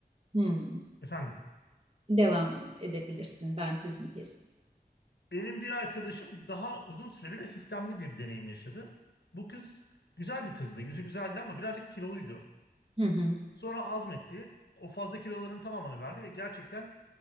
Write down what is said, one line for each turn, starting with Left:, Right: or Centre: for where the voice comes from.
Right: "Hmm,
Left: efendim
Right: devam edebilirsin. Ben sözünü kestim.
Left: Benim bir arkadaşım daha uzun süreli ve sistemli bir deneyim yaşadı. Bu kız güzel bir kızdı. Yüzü güzeldi ama birazcık kiloluydu.
Right: Hı hı
Left: Sonra azmetti. O fazla kiloların tamamını verdi ve gerçekten